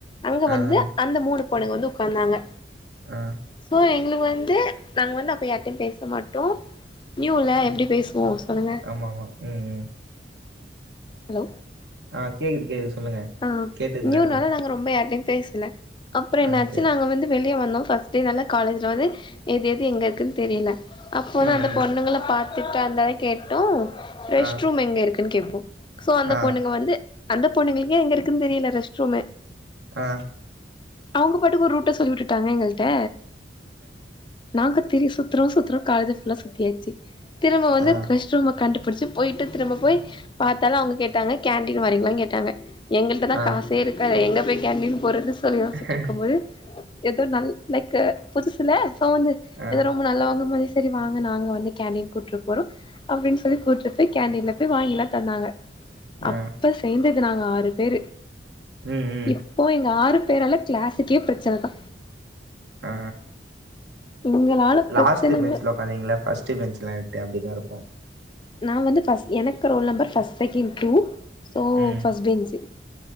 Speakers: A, on the left; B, on the right.
A: அங்க
B: ஆ,
A: வந்து
B: ஆ,
A: அந்த மூணு பொண்ணுங்க வந்து உக்காந்தாங்க
B: ஆ.
A: சோ எங்களுக்கு வந்து நாங்க வந்து அப்ப யாரிட்டையு பேச மாட்டோ நியூல எப்டி பேசுவோ பொண்ணுங்க
B: ஆமா ஆமா ம் ம்
A: ஹலோ
B: ஆ கேக்குது கேக்குது சொல்லுங்க
A: ஆ
B: கேட்டுட்டு
A: நியூனால
B: தான் இருக்கேன்.
A: நாங்க ரொம்ப யாரிட்டயையு பேசல அப்புறோ என்னாச்சு
B: ஆ, சரி.
A: நாங்க வந்து வெளியே வந்தோ ஃபஸ் டுனால காலேஜ்ல வந்து எது எது எங்க இருக்குன்னு தெரியல அப்போ
B: ம்,
A: நா அந்த
B: ம்.
A: பொண்ணுளை பாத்து திட்டா இருந்தாலே கேட்டோ ரெஷ்ட்
B: ஆ,
A: ரூம் எங்க இருக்குன்னு கேட்போ சோ அந்த
B: ஆ,
A: பொண்ணுங்க வந்து அந்தப் பொண்ணுங்களுக்கே எங்க இருக்குன்னு தெரியல ரெஸ்ட் ரூம்மு
B: ஆ
A: அவங்க பாட்டுக்கு ஒரு ரூட்ட சொல்லி வுட்டுட்டாங்க எங்கள்ட்ட நாங்க திரி சுத்தறோ சுத்தறோ காலேஜ் புல்லா சுத்தியாச்சு திரும்ப வந்து
B: ஆ,
A: கிருஷ் திரும்ப கண்டுபிடிச்சு போயிட்டு திரும்ப போய் பாத்தாலு அவங்க கேட்டாங்க கேன்டீன் வரீங்களானு கேட்டாங்க எங்கள்ட்டதா
B: ஆ.
A: காசே இருக்காதே எங்க போய் கேண்டின்னு போறேன்னு சொல்லி யோசிச்சிட்டு
B: ஆ,
A: இருக்கும் போது ஏதோ நல் லைக் புதுசுல சோ வந்து
B: ஆ,
A: எத ரொம்ப நல்லவங்க மாரி சரி வாங்க நாங்க வந்து கேண்டீன் கூட்டுப் போறோ அப்டின்னு சொல்லி கூட்டு போயி கேன்டீன்ல போய் வாங்கிலா தந்தாங்க
B: ஆ.
A: அப்ப சேந்தது நாங்க ஆறு பேரு
B: ம், ம்.
A: இப் போ எங்க ஆறு பேரால கிளாஸுக்கே பிரச்சன தா
B: ஆ
A: எங்களால
B: லாஸ்ட்
A: பிரச்சன
B: பென்ச்சுல உக்காந்தீங்கள பஸ்ட் பெஞ்ச்லா டே அப்டிதா இருக்கு
A: நா வந்து ஃபஸ்ட் எனக்கு roll number first second two so
B: ம்.
A: ஃபஸ்ட் பென்ச்சு